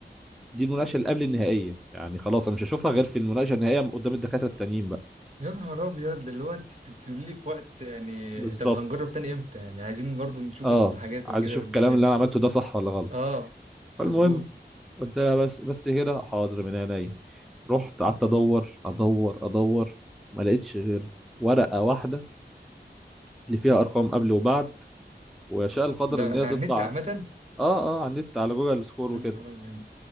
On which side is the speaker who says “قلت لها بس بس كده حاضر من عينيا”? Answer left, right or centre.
Centre